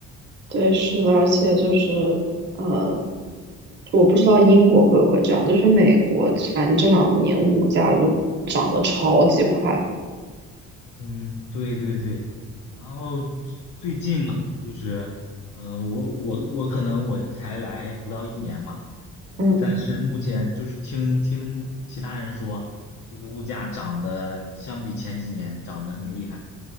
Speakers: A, on the right; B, on the left.
A: 对，是的，而且就是。呃，我不知道英国会不会这样，就是美国，反正这两年物价就涨得超级快。
B: 嗯，对对对，然后最近嘛，就是，呃，我我我可能我才来不到一年嘛，呃，
A: 嗯，
B: 但是目前就是听听其他人说，这个物价涨得相比前几年涨得很厉害，